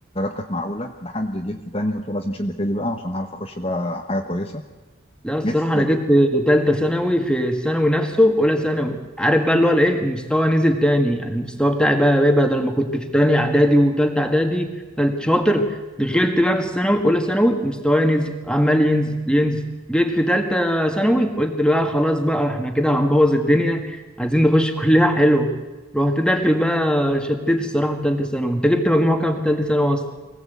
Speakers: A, on the left (about 30°); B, in the centre.
A: كانت معقوله لحد جيت في تاني قلت لازم اشد حيلي بقى عشان اعرف اخش بقى حاجه كويسه
B: لا الصراحة
A: جيت في
B: أنا جيت في تالتة ثانوي في الثانوي نفسه أولى ثانوي عارف بقى اللي هو الإيه المستوى نزل تاني يعني المستوى بتاعي بقى بقى بدل ما كنت في تاني إعدادي وتالتة إعدادي تالت شاطر دخلت بقى في الثانوي أولى ثانوي مستواي نزل عمال ينزل ينزل جيت في تالتة ثانوي قلت بقى خلاص بقى إحنا كده هنبوظ الدنيا عايزين نخش كلية حلوة رحت داخل بقى شديت الصراحة في تالتة ثانوي أنت جبت مجموع كام في تالتة ثانوي أصلا؟